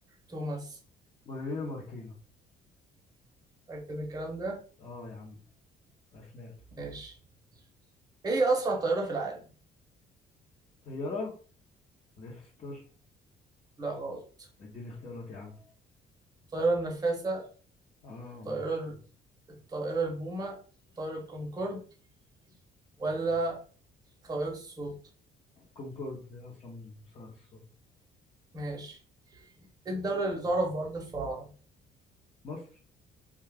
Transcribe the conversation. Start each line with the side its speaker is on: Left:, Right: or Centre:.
Right: توماس
Left: بولينو ماركينو
Right: فاكر الكلام ده؟
Left: اه يا عم أنا سمعته
Right: ماشي ايه أسرع طائرة في العالم؟
Left: طيارة ولا اف 16
Right: لا غلط
Left: اديني اختيارات يا عم
Right: الطائرة النفاثة
Left: اه
Right: الطائرة
Left: ماشي
Right: الطائرة البومة طائرة الكونكورد ولا طائرة الصوت؟
Left: كونكورد هي اصلا من صناعة الصوت
Right: ماشي ايه الدولة اللي تعرف بأرض الفراعنة؟
Left: مصر